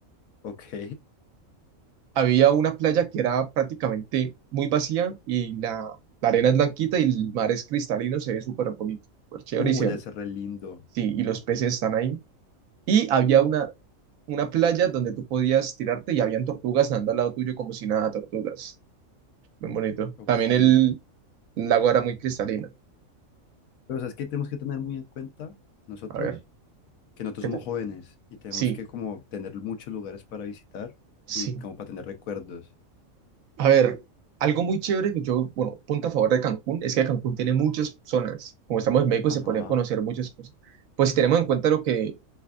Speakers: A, on the left (about 80°); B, on the right (about 80°).
A: ok.
B: había una playa que era prácticamente muy vacía y la, la arena es blanquita y el mar es cristalino, se ve súper bonito, súper chévere
A: Uh,
B: y, se-
A: debe ser re lindo.
B: sí, y los peces están ahí. Y había una, una playa donde tú podías tirarte y habían tortugas andando al lado tuyo como si nada, tortugas. Muy bonito.
A: Ok.
B: También
A: Pero
B: el lago era muy cristalino.
A: sabes que tenemos que tener muy en cuenta nosotros,
B: A ver,
A: que nosotros
B: ¿qué
A: somos
B: te...
A: jóvenes y tenemos
B: Sí,
A: que como tener muchos lugares para visitar
B: sí.
A: y como para tener recuerdos.
B: A ver. Algo muy chévere que yo, bueno, punto a favor de Cancún es que Cancún tiene muchas zonas. Como estamos en México,
A: Ajá,
B: se podrían conocer muchas cosas. Pues si tenemos en cuenta lo que